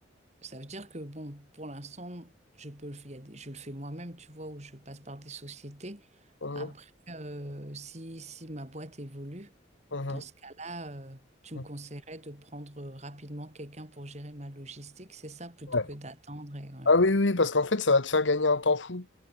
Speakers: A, on the right; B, on the left.
A: Ça veut dire que, bon, pour l'instant, je peux le faire, il y a des- je le fais moi-même, tu vois, ou je passe par des sociétés.
B: mhm,
A: Après, euh, si, si ma boîte évolue,
B: mhm,
A: dans ce cas-là, euh, tu me
B: mhm.
A: conseillerais de prendre rapidement quelqu'un pour gérer ma logistique, c'est ça, plutôt
B: Ouais.
A: que d'attendre et... ouais.
B: Ah oui, oui, oui, parce qu'en fait, ça va te faire gagner un temps fou.